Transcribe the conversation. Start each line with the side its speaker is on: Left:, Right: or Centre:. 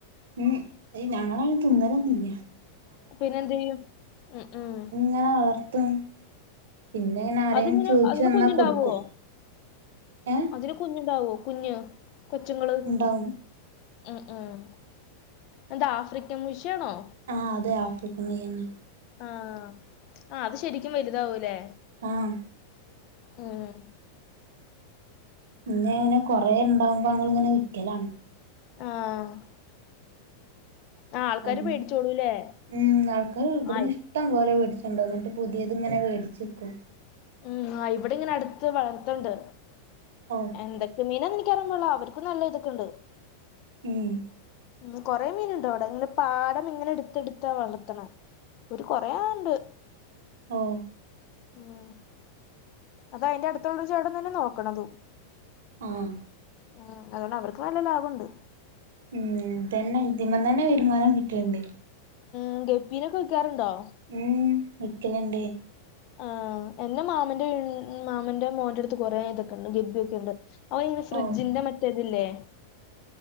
Right: ഉം ഞങ്ങൾ അയ്നേ തിന്നൊലൊന്നില്ല
Left: പിന്നെ എന്ത് ചെയ്യും ഉ ഉം
Right: ഇങ്ങനെ വളർത്തും പിന്നെ ങ്ങനെ ആരേലും
Left: അതിങ്ങനെ
Right: ചോയ്ച്ചു
Left: അതിന്
Right: വന്നാ
Left: കുഞ്ഞുണ്ടാവോ
Right: കൊടുക്കും ഏഹ്
Left: അതിന് കുഞ്ഞുണ്ടാവോ കുഞ് കൊച്ചുങ്ങള്
Right: ഉണ്ടാവും
Left: ഉം ഉം എന്താ ആഫ്രിക്കൻ മുഷ്യാണോ
Right: ആ അതേ ആഫ്രിക്കൻ മുയ്യന്നെ
Left: ആഹ് ആഹ് അത് ശരിക്കും വലുതാവൂല്ലേ
Right: ആഹ്
Left: ഉം
Right: മുന്നേ ഇങ്ങനെ കൊറെ ഇണ്ടാവുമ്പോ അങ്ങള് ഇങ്ങനെ വിക്കലാണ്
Left: ആഹ് ആഹ് ആൾക്കാര്
Right: ഉം
Left: പേടിച്ചോളൂല്ലേ
Right: ഉം ആൾക്കാറ് ഇബട്ന്ന്ഷ്
Left: ആഹ്
Right: ട്ടംപോലെ വേടിച്ചൊണ്ടോവും ന്നട്ട് പുതേത്ങ്ങനെ വേടിച്ചെക്കും
Left: ഉം ആഹ് ഇവടെ ഇങ്ങനെ അട്ത്ത് വളർത്ത്ണ്ട്
Right: ആഹ്
Left: എന്തൊക്കെ മീനാന്നിൻക്കാ അറിയാൻ പാട്ല്ല അവര്ക്കും നല്ല ഇതൊക്കെ ഇണ്ട്
Right: ഉം
Left: ഉം കൊറെ മീന് ഇണ്ടവ്ടെ ഇങ്ങനെ പാടം ഇങ്ങനെ ഇട്ത്ത് ഇട്ത്താ വളർത്ത്ണ ഒരു കൊറേ ഇണ്ട്
Right: ആഹ്
Left: ഉം അതഅയ്ന്റെ അട്ത്തുള്ള ചേട്ടൻതന്നെ നോക്ക്ണതും
Right: ആഹ്
Left: ആഹ് അതോണ്ട് അവർക്ക് നല്ല ലാഭവുണ്ട്
Right: ഉം ഇതന്നെ ഇതിമന്നന്നെ വരുമാനം കിട്ട്ണ്ടെ
Left: ഉം ഗെപ്പിനൊക്കെ വിക്കാറുണ്ടോ
Right: ഉം വിക്കല്ണ്ടേയ്
Left: ആഹ് എന്റെ മാമന്റെ മാമന്റെ മോന്റെട്ത്ത് കൊറെ ഇതൊക്കെണ്ട് ഗബ്ബിയൊക്കെണ്ട് അവ ഇങ്ങനെ ഫ്രിഡ്ജിന്റെ
Right: ഓ
Left: മറ്റേതില്ലേ